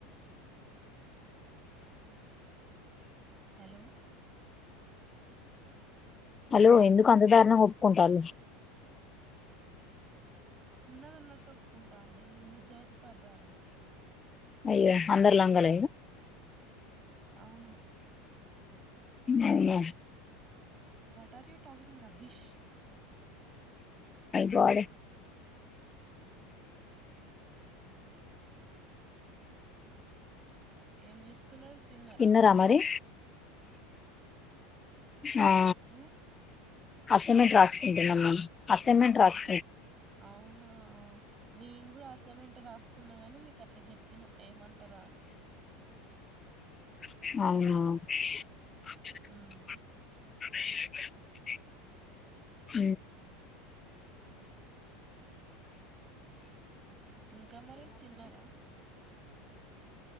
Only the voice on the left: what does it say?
హలో ఎందుకు అంతదారణ ఒప్పుకుంటళ
అయ్యో అందరి లంగల
అవు
వాడ
ఇన్న రామరి అ ఆ
అసైన్మెంట్ రాసుకుంటున్నాం మ అసైన్మెంట్ రాసు
అవునా అ
అ అ